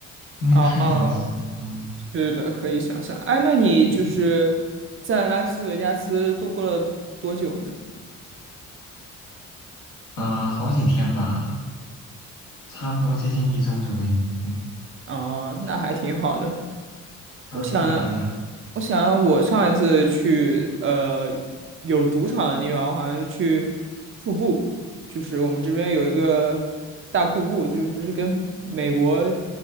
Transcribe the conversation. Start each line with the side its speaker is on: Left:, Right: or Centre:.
Left: 因为太真实了，
Right: 啊，
Left: 嗯，
Right: 是的，可以想象。哎，那你就是在拉斯维加斯度过了多久呢？
Left: 毕竟，嗯、好几天吧，差不多接近一周左右，嗯
Right: 啊，那还挺好的。
Left: 嗯、
Right: 我想，
Left: 对呀、对呀、
Right: 我想，我上一次去呃有赌场的地方，我好像是去瀑布，就是我们这边有一个大瀑布，就是不是跟美国